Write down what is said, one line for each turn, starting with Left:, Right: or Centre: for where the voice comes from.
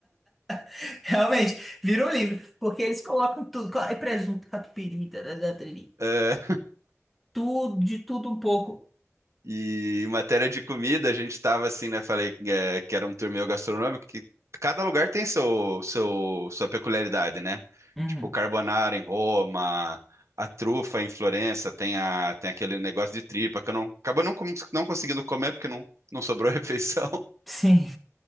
Centre: <laughs> Realmente, vira um livro. Porque eles colocam tudo. co- É presunto, catupiry, tarará, tariri,
Right: É,
Centre: tudo, de tudo um pouco.
Right: e em matéria de comida, a gente tava assim, né? Falei é, que era um torneio gastronômico, que cada lugar tem seu, seu, sua peculiaridade, né?
Centre: Uhum.
Right: Tipo, o carbonara em Roma, a trufa em Florença, tem, a, tem aquele negócio de tripa que eu não, acabo não, com- não conseguindo comer porque não, não sobrou <laughs> refeição.
Centre: Sim,